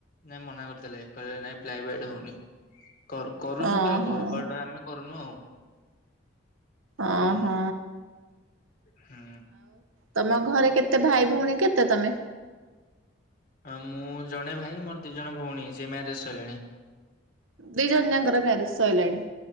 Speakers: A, on the left (about 45°); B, on the right (about 80°).
A: ନାଇଁ ମନା କରିଥିଲେ, କହିଲେ ନାଇଁ ପ୍ଲାଏ ବେଡ୍ ହଉନି। କରୁ କରୁଛନ୍ତି
B: ଓହୋ।
A: ଲୋକ ବଟ ଆମେ କରୁନୁ ଆଉ।
B: ଅ
A: ହୁଁ
B: ହୋ।
A: ହୁଁ।
B: ତମ ଘରେ କେତେ ଭାଇ ଭଉଣୀ କେତେ ତମେ?
A: ମୁଁ ଜଣେ ଭାଇ ମୋର ଦି ଜଣ ଭଉଣୀ ସେ ମ୍ୟାରେଜ ସରିଲାଣି।
B: ଦିଇ ଜଣ ଯାଙ୍କର ମ୍ୟାରେଜ ସାରିଲାଣି।